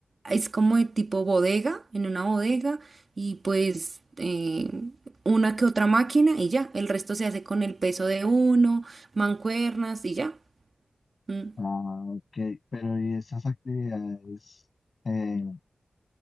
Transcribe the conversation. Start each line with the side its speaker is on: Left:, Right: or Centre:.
Right: es como de tipo bodega, en una bodega, y pues eh, una que otra máquina y ya, el resto se hace con el peso de uno, mancuernas y ya. Mm.
Left: ah, ok, pero y esas actividades eh,